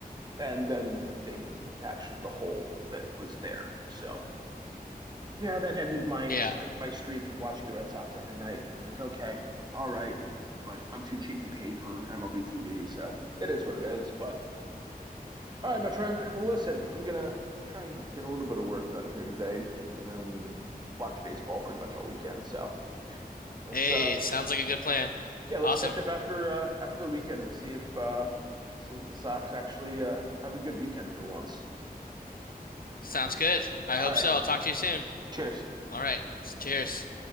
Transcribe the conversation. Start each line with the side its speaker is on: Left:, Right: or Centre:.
Right: And then they patched the hole that was there. So yeah, that ended my
Left: Yeah.
Right: my my streak of watching the Red Sox every night. I'm like, okay, all right, but I'm too cheap to pay for MLB TV, so it is what it is. But All right, my friend. Well, listen, I'm gonna try and get a little bit of work done here today, and then watch baseball pretty much all weekend. So let's,
Left: Hey,
Right: uh,
Left: sounds like a good plan.
Right: yeah, let's
Left: Awesome.
Right: catch up after uh, after the weekend. We'll see if uh, see if the Sox actually uh, have a good weekend for once.
Left: Sounds good. I
Right: All
Left: hope
Right: right.
Left: so. I'll talk to you soon.
Right: Cheers.
Left: All right. Cheers.